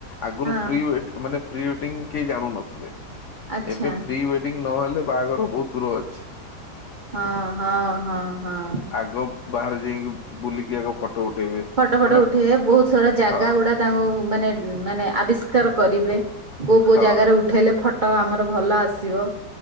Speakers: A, on the left; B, on the right.
A: ଆଗରୁ
B: ହଁ
A: ପ୍ରି ୱେ ମାନେ ପ୍ରି ୱେଡିଙ୍ଗ କେହି ଜାଣୁନଥିଲେ।
B: ଆଚ୍ଛା
A: ଏବେ ପ୍ରି ୱେଡିଙ୍ଗ ନହେଲେ ବାହାଘର ବହୁତ ଦୂର ଅଛି।
B: ହଁ ହଁ ହଁ ହଁ।
A: ଆଗ ବାହାରେ ଯାଇକି ବୁଲିକି ଆଗ ଫଟୋ ଉଠେଇବେ।
B: ଫଟ
A: ମାନେ
B: ଉଠେଇ ବହୁତ ସରା ଜାଗା
A: ହଁ
B: ଗୁଡା ତାଙ୍କୁ ମାନେ ମାନେ ଆବିଷ୍କାର କରିବେ। କୋଉ କୋଉ
A: ହଁ
B: ଜାଗାରେ ଉଠେଇଲେ ଫଟୋ ଆମର ଭଲ ଆସିବ